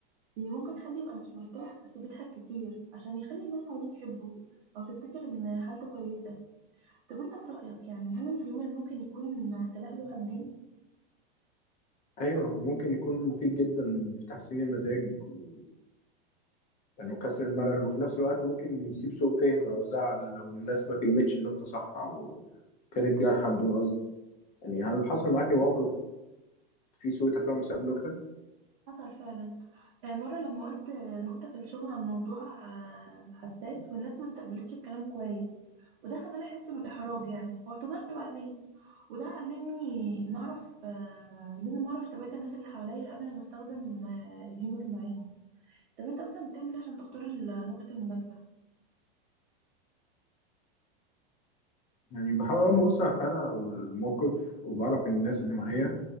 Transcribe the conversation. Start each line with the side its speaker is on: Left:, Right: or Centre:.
Right: يعني ممكن حد يبقى مش مرتاح بس بيضحك كتير عشان يخلي الناس حواليه تحبه او تفتكر ان حالته كويسه طب انت في رايك يعني هل الهيومر ممكن يكون سلاح ذو حدين
Left: ايوه ممكن يكون مفيد جدا في تحسين المزاج و... يعني وكسر الملل وفي نفس الوقت ممكن يسيب سوء فهم او زعل لو الناس ما فهمتش النقطه صح او كانت جارحه بدون قصد يعني هل حصل معاكي موقف فيه سوء تفاهم بسبب نكته
Right: حصل فعلا آه، مرة لما قلت آه، نقطة في الشغل عن موضوع آه، حساس والناس ما استقبلتش الكلام كويس وده خلاني أحس بالإحراج يعني واعتذرت بعدين وده علمني إن أعرف آه، لازم أعرف طبيعة الناس اللي حواليا قبل ما أستخدم آه، الهيمور معاهم طب أنت مثلا بتعمل إيه عشان تختار النقط المناسبة؟
Left: يعني بحاول اول ما ابص على الحاله والموقف وبعرف الناس اللي معايا